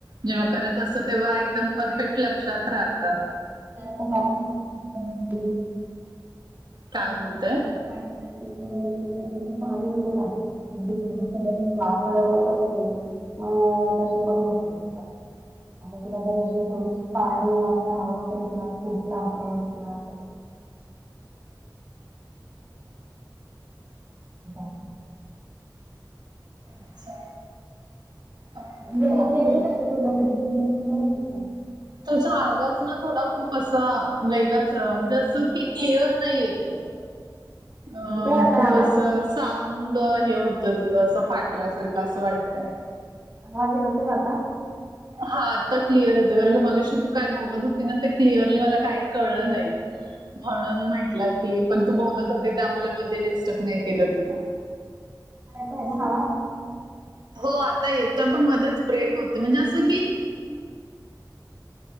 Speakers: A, on the right; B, on the right.
A: जेव्हा करत असतो, तेव्हा
B: तुला
A: एकदम
B: कशी
A: परफेक्ट लक्षात राहतं.
B: <unintelligible> बाय चान्स
A: काय बोलतय
B: अस त्याच्यामध्ये पाणी नको टाकू. म्हणजे थोडी थोडी वाफवतच ठेव, मग तशी पण वाफव ती तुला जर अशी थोडीशी पाणी अस हवं असेल, तुला पातळ किंवा <unintelligible>
A: अच्छा. अ,
B: बिर्याणीची
A: चालेल.
B: येते का ग तुला रेसिपी मग मला सांग.
A: तुझा आवाज ना, थोडा खूप असा वेगळाच असं कि, क्लिअर नाही येतय.
B: <inaudible>
A: अ
B: येतोय आता
A: खूप
B: आवाज?
A: असाच. साऊंड हे होतं तुझं असं फाटल्यासारखं असं वाटतंय.
B: आवाज येतोय आता
A: हा आता क्लिअर येतोय, पण अ मगाशी तू काय बोलत होती? ना ते क्लिअरली मला काही कळलं नाही. म्हणून म्हटलं की पण, तू बोलत
B: हा हा.
A: होते त्यामुळे मध्ये डिस्टर्ब नाही केलं तुला.
B: येतोय
A: असं.
B: ना आवाज?
A: हो आता येतोय, पण मध्येच ब्रेक होतय म्हणजे असं की